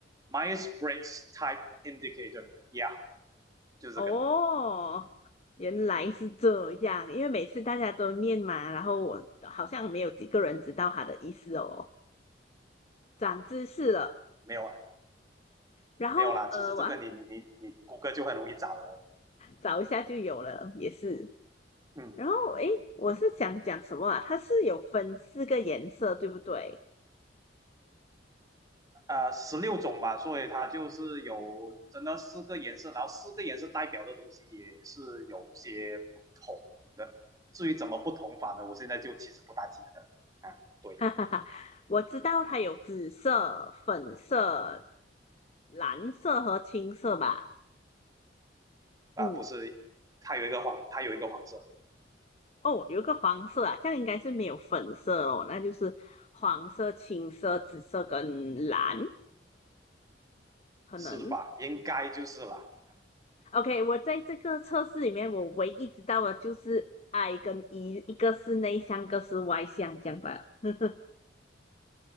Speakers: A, on the right; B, on the left.
A: ，Myers Briggs Type Indicator，yeah，就这个。
B: 哦，原来是这样，因为每次大家都念嘛，然后我好像没有几个人知道它的意思哦，长知识了。
A: 没有啊，
B: 然后呃，
A: 没有啦。其实这个你你你谷歌就很容易找了。
B: 我要找一下就有了，也是。
A: 嗯，
B: 然后诶，我是想讲什么啊？它是有分四个颜色，对不对？
A: 呃，十六种吧，所以它就是有真的四个颜色，然后四个颜色代表的东西也是有些不同的。至于怎么不同法呢，我现在就其实不大记得啊。对
B: <laughs> 我知道它有紫色、粉色、蓝色和青色吧？
A: 啊，
B: 嗯，
A: 不是，它有一个黄，它有一个黄色，
B: 哦，有一个黄色啊，这样应该是没有粉色咯，那就是黄色、青色、紫色跟蓝，可能。
A: 是吧？应该就是啦。啊
B: OK，我在这个测试里面，我唯一知道的就是 I 跟 E，一个是内向，一个是外向，这样吧。<laughs>